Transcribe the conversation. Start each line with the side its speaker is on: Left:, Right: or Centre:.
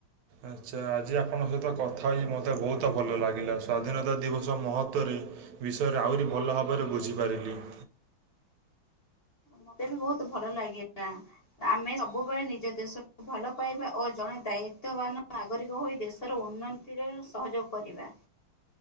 Right: ଆଚ୍ଛା ଆଜି ଆପଣଙ୍କ ସହିତ କଥା ହେଇ ମୋତେ ବହୁତ ଭଲ ଲାଗିଲା। ସ୍ୱାଧୀନତା ଦିବସ ମହତ୍ଵରେ ବିଷୟରେ ଆହୁରି ଭଲ ଭାବରେ ବୁଝିପାରିଲି।
Left: ମୋତେ ବି ବହୁତ ଭଲ ଲାଗିଲା। ଆମେ ସବୁବେଳେ ନିଜ ଦେଶକୁ ଭଲ ପାଇବା ଓ ଜଣେ ଦାୟିତ୍ୱବାନ ନାଗରିକ ହୋଇ ଦେଶର ଉନ୍ନ ତିରେ ସହଯୋଗ କରିବା।